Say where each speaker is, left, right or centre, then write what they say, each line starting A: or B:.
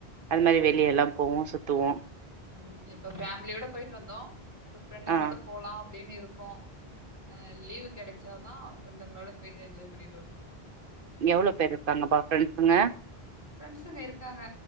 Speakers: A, on the right (about 60°); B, on the right (about 15°).
A: அது மாரி வெளியெல்லா போவோ சுத்துவோ
B: ம் இப்ப ஃபேமிலியோட போய்ட்டு வந்தோ இப்ப ஃப்ரெண்டுங்களோட
A: ஆ
B: போலா அப்டின்னு இருக்கோ அ லீவு கெடைச்சாதா ஃப்ரெண்டுங்களோட போயிட்டு ஏன்ஜாய் பண்ணிட்டு வரணு
A: எவ்ளோ பேர் இருப்பாங்கப்பா ஃப்ரெண்ட்ஸுங்க
B: ஃப்ரெண்ஸுங்க இருக்காங்க